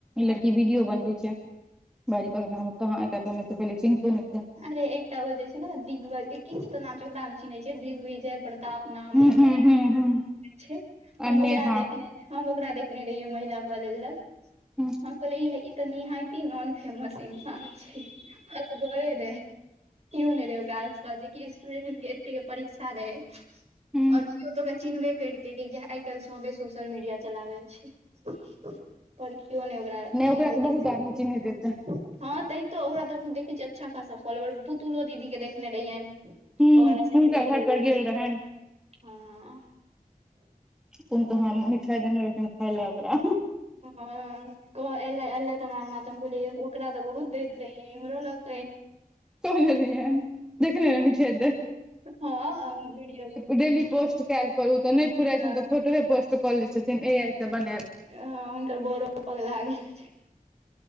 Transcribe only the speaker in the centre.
लड़की वीडियो बनवे छै ब कहाँ एकमे से पहिले चिन्ते नहि छै
हूं
हूं हूं हूं
आ
नेहा
हूं
हूं
ओकरा
तऽ बहुत
आदमी चिन्हैत हेतै
हूं
हुनका
घर पर
गेल रहनि
कुम तुहा मिठाइ देने रहथिन खााय लए ओकरा
कहने रहि देखनेठे
डेली पोस्ट कयल करू तऽ नहि फुराइ
छै त फोटोे पोस्टऽ ले छथिन ए आइ से बनायल